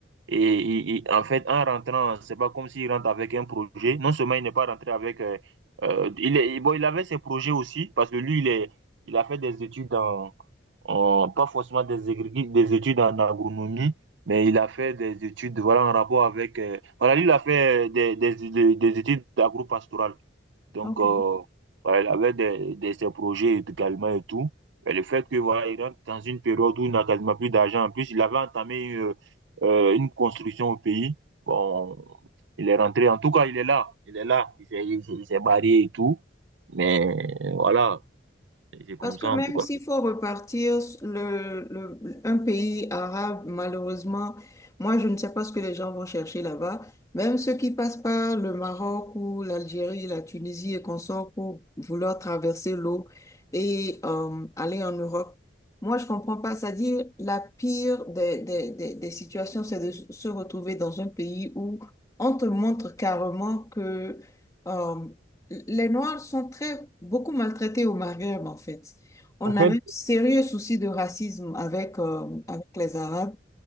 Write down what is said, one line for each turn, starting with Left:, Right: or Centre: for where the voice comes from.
Right: et il- il- en fait, en rentrant, c'est pas comme s'il rentre avec un projet. Non seulement il n'est pas rentré avec. euh, euh, il est, bon, il avait ses projets aussi parce que lui, il est, il a fait des études en- pas forcément des, égrégis- des études en agronomie, mais il a fait des études voilà, en rapport avec... euh, voilà, lui, il a fait euh, des, des, des, des études d'agro-pastoral. Donc,
Left: Ok.
Right: euh, voilà, il avait des, des, ses projets également et tout. Et le fait que, voilà, il rentre dans une période où il n'a quasiment plus d'argent. En plus, il avait entamé euh, euh, une construction au pays. Bon, il est rentré. En tout cas, il est là. Il est là. Il s'est il s'est- il s'est barré et tout. Mais voilà, c'est comme
Left: Parce que
Right: ça,
Left: même
Right: en tout cas.
Left: s'il faut repartir le, le- un pays arabe, malheureusement, moi, je ne sais pas ce que les gens vont chercher là-bas. Même ceux qui passent par le Maroc ou l'Algérie, la Tunisie et qu'on sort pour vouloir traverser l'eau et euh, aller en Europe. Moi, je comprends pas. C'est-à-dire, la pire des, des, des, des situations, c'est de se retrouver dans un pays où on te montre carrément que euh, les Noirs sont très, beaucoup maltraités au Maghreb, en fait. On
Right: En fait,
Left: a un sérieux souci de racisme avec, euh, avec les Arabes,